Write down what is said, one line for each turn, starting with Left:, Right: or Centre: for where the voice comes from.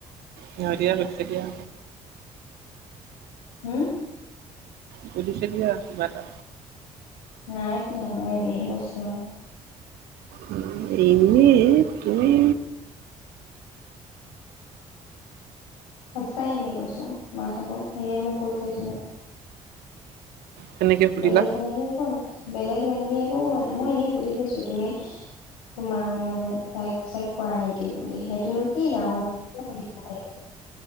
Right: সিহঁতিয়ে কৰিছে দিয়া।
Left: হো?
Right: সুধিছিলো দিয়া কিবা এটা।
Left: নাই সুধা মই এনেহে কৈছোঁ।
Right: উম, এনেই তুমি
Left: সঁচাই এনে কৈছোঁ, মা শপত এনেই মই কৈ চাইছোঁহে।
Right: তেনেকে সুধিলা।
Left: বেলেগ তেনেকে একো নাই, বেলেগ তেনেকে একো কৰা নাই। মই এনেই সুধি ছাইছো তুমি তোমাৰ মানে লাইক-চাইক কৰা নেকি বুলি? সেইটোনো কি ডাঙৰ কিয় সুধিব লাগে।